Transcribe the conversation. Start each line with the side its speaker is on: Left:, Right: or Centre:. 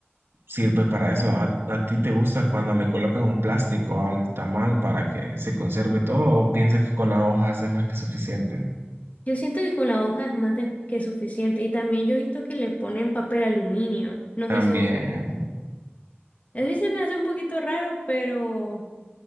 Right: sirve para eso. ¿A, a ti te gustan cuando le colocan un plástico al tamal para que se conserve todo o piensas que con la hoja es más que suficiente?
Left: Yo siento que con la hoja es más de- que suficiente y también yo he visto que le ponen papel aluminio. No
Right: También.
Left: sé si... vos- A mí se me hace un poquito raro, pero